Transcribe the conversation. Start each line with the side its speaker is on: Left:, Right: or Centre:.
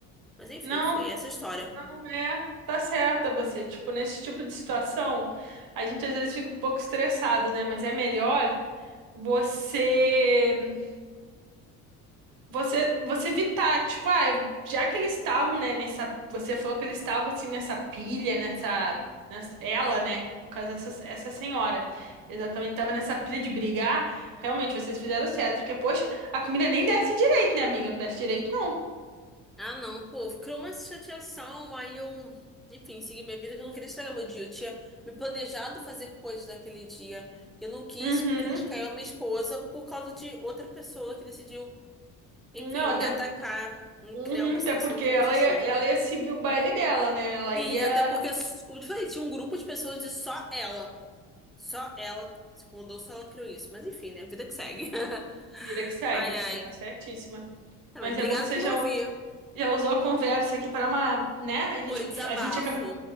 Centre: Mas enfim,
Right: Não,
Centre: foi essa a história.
Right: não é. Tá certa você. Tipo, nesse tipo de situação, a gente às vezes fica um pouco estressado, né? Mas é melhor você você você evitar, tipo, ah, eu- já que eles estavam, né, nessa, você falou que eles estavam assim nessa pilha, nessa, nessa- ela, né, no caso essa, essa senhora, exatamente estava nessa pilha de brigar, realmente vocês fizeram certo, porque poxa, a comida nem desce direito, né, amiga? Não desce direito, não.
Centre: Ah, não, pô, criou uma chateação, aí eu, enfim, segui minha vida, que eu não queria estragar meu dia. Eu tinha me planejado fazer coisas naquele dia, e eu não quis
Right: Uhum.
Centre: prejudicar eu e a minha esposa por causa de outra pessoa que decidiu, enfim,
Right: Não, até
Centre: me atacar, em
Right: Uhum,
Centre: criar uma
Right: até
Centre: situação
Right: porque
Centre: que
Right: ela
Centre: não existia.
Right: ia, ela ia seguir o baile dela, né? Ela
Centre: E
Right: ia.
Centre: até porque, como eu te falei, tinha um grupo de pessoas de só ela, só ela se mudou, só ela criou isso. Mas enfim, né, vida que segue. <laughs>
Right: Vida que segue.
Centre: Ai, ai.
Right: Tá certíssima.
Centre: Também,
Right: Mas
Centre: obrigado
Right: é bom que você
Centre: por
Right: já,
Centre: me ouvir.
Right: já usou a conversa aqui para uma, né? A gente,
Centre: Foi desabafo.
Right: a gente acaba,